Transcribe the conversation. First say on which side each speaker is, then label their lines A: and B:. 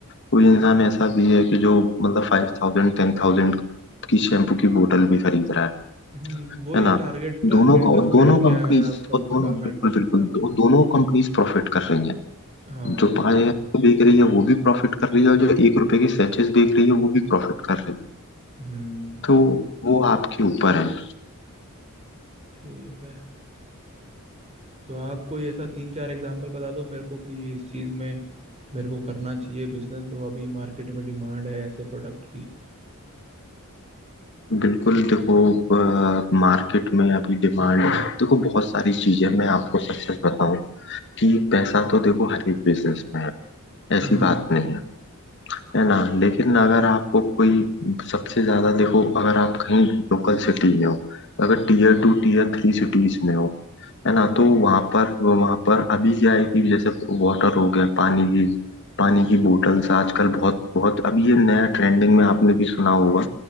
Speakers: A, on the left; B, on the right.
A: कोई इंसान ऐसा भी है कि जो मतलब 5000 10000 की शैम्पू की बोतल भी खरीद रहा है,
B: हम्म, वही
A: है ना?
B: टारगेट टारगेट
A: दोनों का
B: कस्टमर
A: और दोनों
B: क्या
A: कंपनीज़
B: है आपका
A: और दोनों
B: उसका
A: बिल्कुल,
B: मैटर करता
A: बिल्कुल,
B: है
A: दो दोनों कंपनीज़ प्रॉफ़िट कर रही हैं।
B: हाँ
A: जो पाँच हजार की बेच रही है वो भी प्रॉफिट कर रही है और जो एक रुपए की सैचेस बेच रही है वो भी प्रॉफिट कर रही है
B: हम्म
A: तो वो आपके ऊपर है
B: ठीक है तो आप कोई ऐसा तीन चार एग्जांपल बता दो मेरे को कि इस चीज में मेरे को करना चाहिए बिजनेस तो अभी मार्केट में डिमांड है ऐसे प्रोडक्ट की
A: बिल्कुल देखो मार्केट में अभी डिमांड देखो बहुत सारी चीजें मैं आपको सच सच बताऊं कि पैसा तो देखो हर एक बिजनेस में है ऐसी
B: हम्म
A: बात नहीं है है ना लेकिन अगर आपको कोई सबसे ज्यादा देखो अगर आप कहीं लोकल सिटी में हो अगर tier two tier three cities में हो है ना तो वहां पर वहां पर अभी क्या है कि जैसे वाटर हो गया पानी की पानी की बोटल्स आजकल बहुत बहुत अभी ये नया ट्रेंडिंग में आपने भी सुना होगा